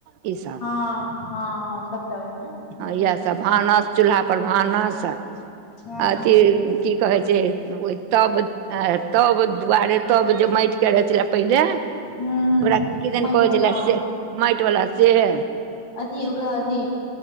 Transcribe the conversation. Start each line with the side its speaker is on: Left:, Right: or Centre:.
Right: ई सब
Left: हँ हँ हँ सबटा ओहिमे ह
Right: इएहसभ भानस चूल्हा पर भानस अथी
Left: हँ
Right: की कहै छै ओहि तब तब दुआरे तब जे माटिके रहै छलै पहिले ओकरा
Left: हूँ हूँ
Right: किदन
Left: माटि
Right: कहै
Left: वाला
Right: छैले
Left: हँ
Right: से माटि वला सेह
Left: अथी ओकरा अथी